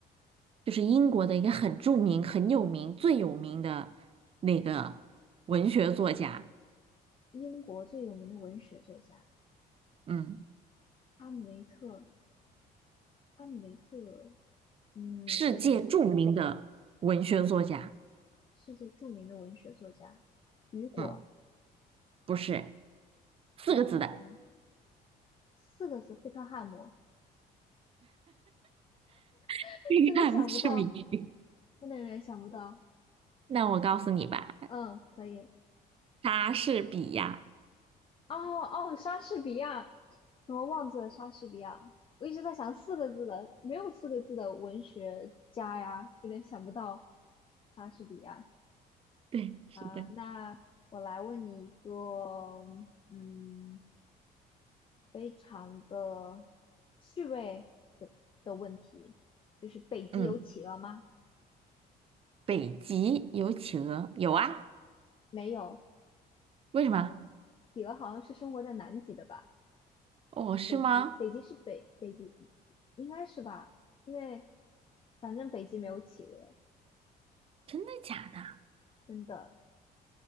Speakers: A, on the right (about 35°); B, on the left (about 30°).
A: 就是英国的一个很著名、很有名、最有名的那个文学作家，
B: 英国最有名的文学作家
A: 嗯，
B: 哈姆雷特，哈姆雷特，嗯，
A: 世界著名的文学作家，
B: 有点世界著名的文学作家，雨果，
A: 嗯，不是四个字的，
B: 嗯、四个字，贝克汉姆，
A: <laughs>
B: <laughs>
A: 这个是谜语
B: 真的想不到，真的有点想不到。
A: 那我告诉你吧，
B: 嗯，可以。
A: 莎士比亚，
B: 哦哦，莎士比亚，怎么忘记了莎士比亚？我一直在想四个字的，没有四个字的文学家呀，有点想不到莎士比亚。
A: 对，是的，
B: 啊、那我来问你一个，嗯，非常的趣味的的问题，就是北极有企鹅吗？
A: 嗯，北极有企鹅，有啊，
B: 没有，
A: 为什么？
B: 企鹅好像是生活在南极的吧？
A: 哦，是吗？
B: 北极，北极是北，北极应该是吧？因为反正北极没有企鹅。
A: 真的假的？
B: 真的。